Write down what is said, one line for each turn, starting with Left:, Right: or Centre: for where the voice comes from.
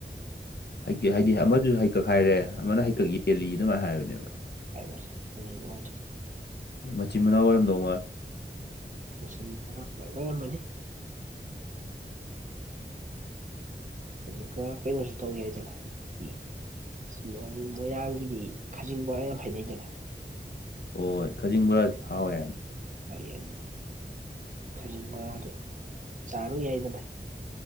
Left: ꯍꯥꯏ ꯍꯥꯏꯗꯤ ꯑꯃꯗꯨꯁꯨ ꯍꯩꯀꯛ ꯍꯥꯏꯔꯦ ꯑꯃꯅ ꯍꯩꯀꯛ ꯌꯦꯜꯂꯤ ꯑꯗꯨꯃꯥꯏꯅ ꯍꯥꯏꯕꯅꯦꯕ꯫
Right: <unintelligible>
Left: ꯃꯆꯤꯟ- ꯃꯅꯥꯎ ꯑꯣꯏꯔꯝꯗꯧ ꯃꯥꯜꯂꯤ꯫
Right: <unintelligible> ꯑꯣꯏꯔꯝꯃꯅꯤ ꯑꯗꯨꯒ ꯀꯩꯅꯣꯁꯨ ꯇꯧ ꯌꯥꯏꯗꯅ ꯏ ꯃꯣꯏ ꯃꯣꯏꯔꯥꯡꯒꯤꯗꯤ ꯈꯥꯖꯤꯡ ꯕꯣꯔꯥ ꯌꯥꯝ ꯍꯥꯏꯅꯩꯗꯅ꯫
Left: ꯍꯣꯏ ꯈꯖꯤꯡ ꯕꯣꯔꯥꯁꯤ ꯍꯥꯎꯋꯦ ꯍꯥꯏ꯫
Right: ꯍꯣꯏ ꯑꯗꯨꯗꯤ ꯈꯖꯤꯡꯒ ꯑꯗꯨ ꯆꯥꯔꯨ ꯌꯥꯏꯗꯅ